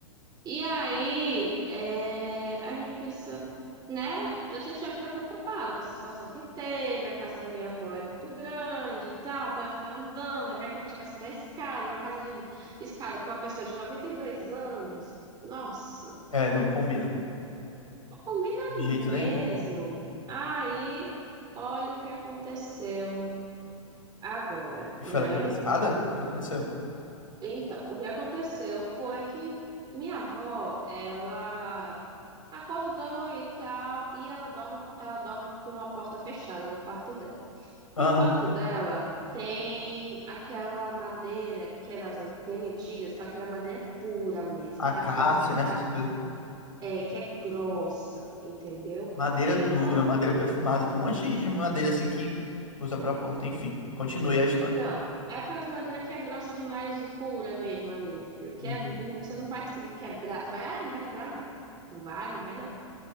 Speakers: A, on the right (about 25°); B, on the left (about 85°).
A: E aí, é, a gente pensa, né? A gente já fica preocupado com essa situação que teve, a casa da minha avó é muito grande e tal, pra ela ficar andando, aí vai que ela estivesse na escada, uma casa de escada pra uma pessoa de 92 anos. Nossa,
B: É, não combina.
A: não combina
B: De jeito
A: mesmo.
B: nenhum.
A: Aí, olha o que aconteceu. Agora,
B: E
A: né?
B: foi ela que caiu da escada? O que foi que aconteceu?
A: Então, o que aconteceu foi que minha avó, ela acordou e tal, e ela dorme, ela dorme com a porta fechada no quarto dela.
B: Ah,
A: E o quarto dela tem aquela madeira que é das an- bem antigas, então aquela madeira pura mesmo,
B: acácia,
A: que a porta é aquela
B: né? Essas coisas.
A: é, que é grossa, entendeu?
B: Madeira
A: Então,
B: dura, madeira perfumada. Tem um monte de madeira assim que usa pra porta. Enfim, continue a história.
A: Então, é aquelas madeiras que é grossa demais de pura mesmo ali, meu filho. Que
B: Uhum,
A: é, um, você não vai conseguir quebrar. Você vai, ah, não vai quebrar, não. Não vai, não vai, não.